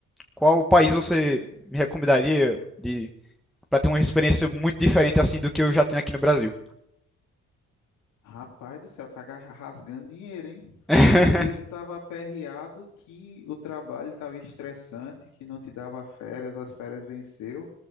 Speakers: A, in the centre; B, on the left.
A: qual país você me recomendaria de para ter uma experiência muito diferente assim do que eu já tenho aqui no Brasil?
B: Rapaz do céu, tá ga- rasgando dinheiro, hein?
A: <laughs>
B: Outro dia tu tava aperreado que o trabalho tava estressante, que não te dava férias, as férias venceu.